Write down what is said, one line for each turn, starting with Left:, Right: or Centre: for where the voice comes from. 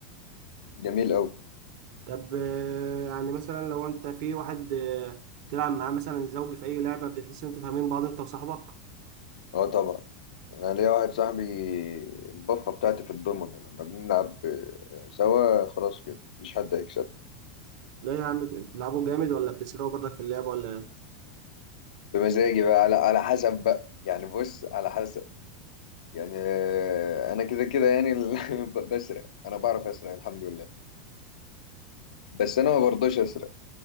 Left: جميل قوي
Right: طب آه، يعني مثلا لو انت في واحد آه، تلعب معاه مثلا زوجي في اي لعبة بتحس ان انتوا فاهمين بعض انت وصاحبك
Left: اه طبعا انا ليا واحد صاحبي البفه بتاعتي في الضمن لما بنلعب آه، سوا خلاص كده مفيش حد هيكسب
Right: لا يا عم بتلعبوا جامد ولا بتسرقوا برضك في اللعب ولا إيه؟
Left: بمزاجي بقى على على حسب بقى يعني بص على حسب يعني آه، انا كده كده يعني ال- <laughs> بسرق انا بعرف اسرق الحمد لله بس انا ما برضاش اسرق